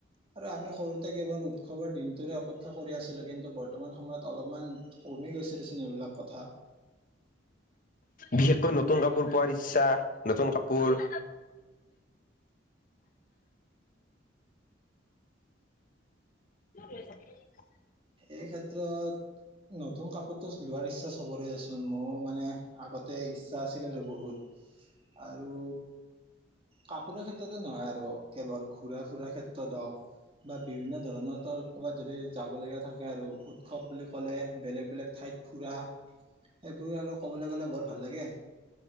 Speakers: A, on the right; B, on the left.
A: আৰু আমি সৰুতে কেৱল উ উৎসবৰ দিনটোৰে অপেক্ষা কৰি আছিলোঁ কিন্তু বৰ্তমান সময়ত অলপমান কমি গৈছিল দেচোন এইবিলাক কথা।
B: বিশেষকৈ নতুন কাপোৰ পোৱাৰ ইচ্ছা নতুন কাপোৰ <inaudible>
A: এই ক্ষেত্ৰত নতুন কাপোৰটো লোৱাৰ ইচ্ছা চব চোন মোৰ মানে আগতে ইচ্ছা আছিলে বহুত। আৰু কাপোৰৰ ক্ষেত্ৰতে নহয় আৰু কেৱল ঘুৰা- ফুৰাৰ ক্ষেত ধওক বা বিভিন্ন ধৰণৰ ক'ৰবাত যদি যাবলগীয়া থাকে আৰু উৎসৱ বুলি ক'লে বেলেগ বেলেগ ঠাইত ফুৰা সেইবোৰ আৰু ক'বলৈ গ'লে বৰ ভাল লাগে।